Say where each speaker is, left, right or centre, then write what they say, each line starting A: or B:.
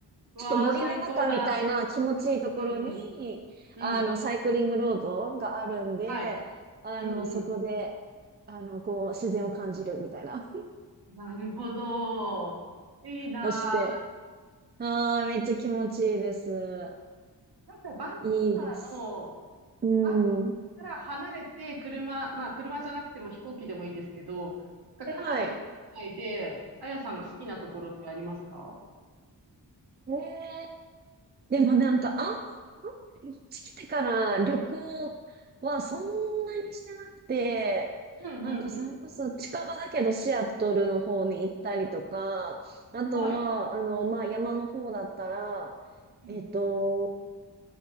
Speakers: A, on the right; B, on the right.
A: うわあ、
B: ちょっと森の中みたいな気持ちいいところに、
A: 最高だ。うん、うん。うん。
B: あの、サイクリングロードがあるんで、
A: はい。
B: あの、
A: うん、
B: そこで、
A: うん。
B: あの、こう、自然を感じるみたいな、
A: なるほど。いいなあ。
B: をして、ああ、めっちゃ気持ちいいです。
A: なんか、バンクーバーの、
B: いいです。う
A: バンクーバーから離れて、
B: ん。
A: 車、まあ、車じゃなくても飛行機でもいいですけど、がカナダの国内で、
B: はいはい。
A: あやさんが好きなところってありますか
B: ええでもなんか、あ、あこっち来てから旅行はそんなにしてなくて、
A: うん、
B: なんかそれこそ近場だけどシアトルの方に行ったりとか、
A: うん、うん。うん
B: あとは、
A: はい。
B: あの、まあ、山の方だったら、
A: うん。
B: えっと、